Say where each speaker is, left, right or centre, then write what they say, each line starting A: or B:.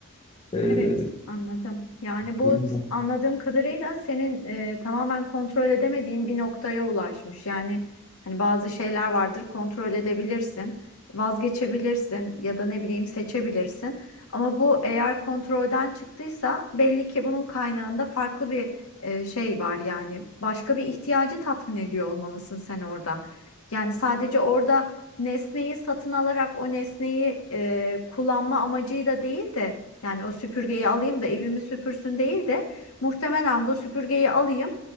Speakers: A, on the left; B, on the left.
A: Ee,
B: Evet, anladım. Yani bu
A: durum
B: s-
A: bu.
B: anladığım kadarıyla senin e, tamamen kontrol edemediğin bir noktaya ulaşmış. Yani hani bazı şeyler vardır kontrol edebilirsin, vazgeçebilirsin ya da ne bileyim seçebilirsin. Ama bu eğer kontrolden çıktıysa belli ki bunun kaynağında farklı bir e, şey var yani başka bir ihtiyacı tatmin ediyor olmalısın sen orada. Yani sadece orada nesneyi satın alarak o nesneyi e, kullanma amacıyla değil de yani o süpürgeyi alayım da evimi süpürsün değil de muhtemelen bu süpürgeyi alayım